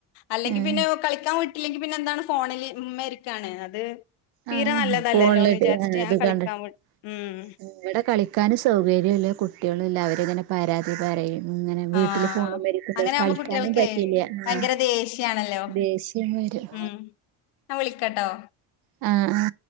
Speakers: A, on the left; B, on the right.
A: അല്ലെങ്കി
B: ആഹ്
A: പിന്നെ കളിക്കാൻ വി ട്ടില്ലെങ്കിൽ പിന്നെ എന്താണ് ഫോണില് മേ രിക്കാണ്. അത് തീരെ
B: ആഹ്
A: നല്ലതല്ലല്ലോന്ന്
B: ഫോണിലോട്ട്
A: വിചാരിച്ചിട്ട്
B: <unintelligible>
A: ഞാൻ കളിക്കാൻ വി ഉം
B: ഇവിടെ കളിക്കാനും സൗകര്യല്ല കുട്ടിയോ <unintelligible> അവരിങ്ങനെ പരാതി പറയും. ഇങ്ങനെ വീട്ടില്
A: ആ
B: ഫോണുമ്മരിക്കുമ്പോ
A: അങ്ങനെ ആവുമ്പോ
B: കളിക്കാനും
A: കുട്ടികൾക്ക്
B: പറ്റില്ല
A: ഭയങ്കര
B: ആഹ്
A: ദേഷ്യാണല്ലോ
B: ദേഷ്യം വരും
A: ഉം ഞാൻ വിളിക്കട്ടോ
B: ആ ആ